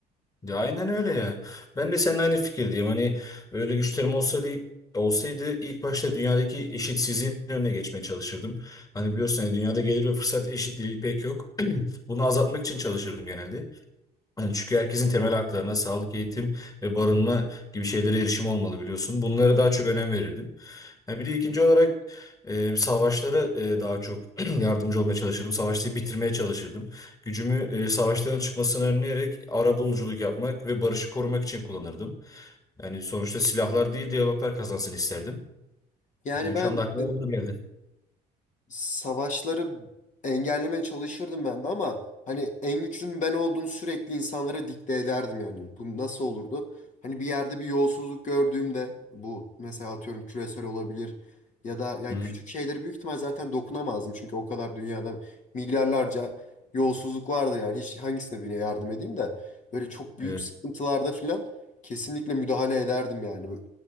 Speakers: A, on the left (about 20°); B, on the left (about 45°).
A: Ya aynen öyle ya. Ben de seninle aynı fikirdeyim. Hani öyle güçlerim olsa değil, olsaydı ilk başta dünyadaki eşitsizliğin önüne geçmeye çalışırdım. Hani biliyorsun hani dünyada gelir ve fırsat eşitliği pek yok. <clears throat> Bunu azaltmak için çalışırdım genelde. Hani çünkü herkesin temel haklarına sağlık, eğitim ve barınma gibi şeylere erişim olmalı biliyorsun. Bunlara daha çok önem verirdim. Ha, bir de ikinci olarak e, savaşlara e, daha çok <clears throat> yardımcı olmaya çalışırdım. Savaşları bitirmeye çalışırdım. Gücümü e, savaşların çıkmasını önleyerek arabuluculuk yapmak ve barışı korumak için kullanırdım. Yani sonuçta silahlar değil diyaloglar kazansın isterdim.
B: Yani
A: Yani
B: ben
A: şu anda aklıma onlar geldi.
B: savaşları engellemeye çalışırdım ben de ama hani en güçlünün ben olduğumu sürekli insanlara dikte ederdim yani. Bu nasıl olurdu? Hani bir yerde bir yolsuzluk gördüğümde bu mesela atıyorum küresel olabilir ya da yani
A: Hı
B: küçük şeylere büyük ihtimal zaten dokunamazdım. Çünkü o kadar dünyada milyarlarca yolsuzluk vardı yani hiç hangisine birine yardım edeyim de böyle çok büyük
A: hı.
B: sıkıntılarda filan kesinlikle müdahale ederdim yani. Böyle-